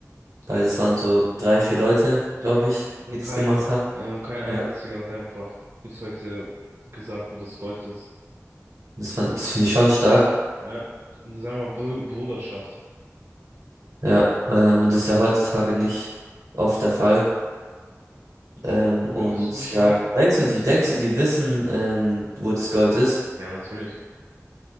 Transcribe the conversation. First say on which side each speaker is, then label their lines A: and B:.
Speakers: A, on the right; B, on the right.
A: weil es waren so drei, vier Leute, glaube
B: ja.
A: ich,
B: Und
A: die das
B: keiner,
A: gemacht haben.
B: ja, und kein einziger
A: Ja.
B: hat einfach bis heute gesagt, wo das Gold ist.
A: Das fand, das finde ich schon stark.
B: Ja, das ist einfach Br Bruderschaft.
A: Ja, ähm, und das ist ja heutzutage nicht oft der Fall.
B: Ja.
A: Ähm,
B: Würdest
A: und
B: du schweigen
A: ja, denkst
B: in der
A: du, die,
B: Situation?
A: denkst du, die wissen, ähm, wo das Gold ist?
B: Ja, natürlich.